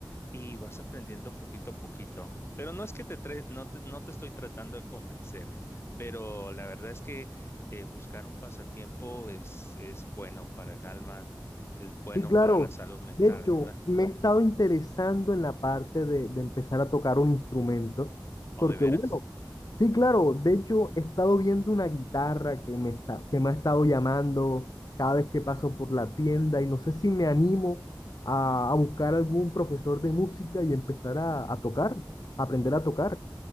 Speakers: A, on the left; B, on the left.
A: y vas aprendiendo poquito a poquito. Pero no es que te, tre- no te, no te estoy tratando de convencer, pero la verdad es que eh, buscar un pasatiempo es, es bueno para el alma, es bueno
B: Sí, claro.
A: para la salud mental,
B: De hecho,
A: ¿verdad?
B: me he estado interesando en la parte de, de empezar a tocar un instrumento, porque
A: ¿O de veras?
B: bueno, sí, claro. De hecho, he estado viendo una guitarra que me está, que me ha estado llamando cada vez que paso por la tienda y no sé si me animo a, a buscar algún profesor de música y empezar a, a tocar, a aprender a tocar.